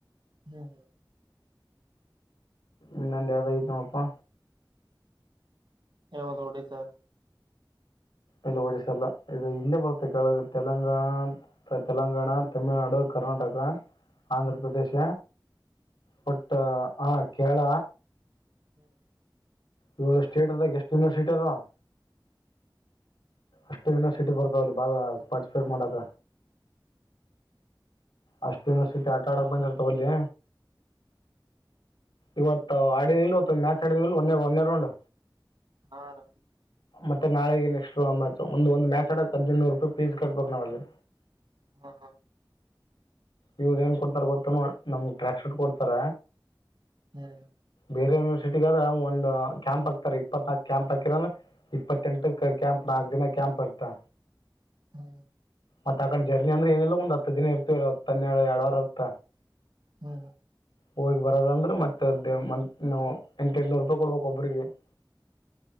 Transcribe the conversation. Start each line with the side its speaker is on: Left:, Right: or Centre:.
Right: ಹ್ಮ ಹ
Left: ಇನ್ನೊಂದ ಯಾವ್ದ್ ಐತ ನೋಡಪಾ
Right: ಯಾವುದ ಹೊಡಿ ಸ
Left: ಇಲ್ಲ ಒಡಿಸಲ್ಲ ಇದು ಇಲ್ಲೇ ಬರ್ತ್ತೆ ಕೆಳಗ ತೆಲಂಗಾಣ ತೆಲಂಗಾಣ ತಮಿಳುನಾಡು ಕರ್ನಾಟಕ ಆಂಧ್ರ ಪ್ರದೇಶ ಬಟ್ ಹ ಕೇರಳ
Right: ಹ್ಮ್
Left: ಇವ ಸ್ಟೇಟ್ ಅದ ಎಷ್ಟ ಯೂನಿವರ್ಸಿಟಿ ಅದವಾ ಅಷ್ಟು ಯೂನಿವರ್ಸಿಟಿ ಬರ್ತಾವಲ್ಲಿ ಬಾಳ ಪಾರ್ಟಿಸಿಪೇಟ್ ಮಾಡಾಕ ಅಷ್ಟ ಯೂನಿವರ್ಸಿಟಿ ಆಟ ಆಡಕ್ ಬಂದಿಲ ತಗೋ ಲೇ ಇವತ್ತು ಆಡಿದ ಇಲ್ವ ಮ್ಯಾಚ್ ಆಡಿದ್ ಇಲ್ ಒನೆ ಒಂದನೇ ರೌಂಡ್
Right: ಹಾ ಅಣ್ಣ
Left: ಮತ್ತೆ ನಾಳೆಗೆ ನೆಕ್ಸ್ಟ್ ಒಂದ ಒಂದು ಮ್ಯಾಚ್ ಅಡಕ್ ಹದಿನೈದ ನೂರು ರೂಪಾಯಿ ಪೀಸ್ ಕಟ್ಬೇಕ ನಾವ ಅಲ್ಲಿ.
Right: ಹಾ ಹ
Left: ಇವ್ರು ಏನ್ ಕೊಡ್ತಾರ ಗೊತ್ತನ್ ನಮ್ಗ್ ಟ್ರ್ಯಾಕ್ ಶೂಟ್ ಕೊಡ್ತಾರ
Right: ಹ್ಮ್
Left: ಬೇರೆ ಯೂನಿವರ್ಸಿಟಿಗ ಆದ್ರೆ ಒಂದ್ ಕ್ಯಾಂಪ್ ಹಾಕ್ತಾರೆ ಇಪ್ಪತ್ನಾಕ್ ಕ್ಯಾಂಪ್ ಹಕಿರ್ರೆ ಅಂದ್ರ ಇಪ್ಪತ್ತೆಂಟ ಕ ಕ್ಯಾಂಪ್ ನಾಕ್ ದಿನ ಕ್ಯಾಂಪ್ ಇರ್ತಾ
Right: ಹ್ಮ
Left: ಮತ್ತ ಆ ಕಡೆ ಜರ್ನಿ ಅಂದ್ರ ಏನಿಲ್ಲ ಒಂದು ಹತ್ತು ದಿನ ಇರ್ತವ ಇ ಹತ್ತ ಹನ್ನೆಡ್ ಎರಡವಾರ ಇರತ್ತ.
Right: ಹ್ಮ
Left: ಹೋಗಿ ಬರದ ಅಂದ್ರೆ ಮತ್ತೆ ಮ ಎಂಟು ಎಂಟನೂರು ರೂಪಾಯಿ ಕೊಡ್ಬೇಕ ಒಬ್ರಿಗೆ <inaudible>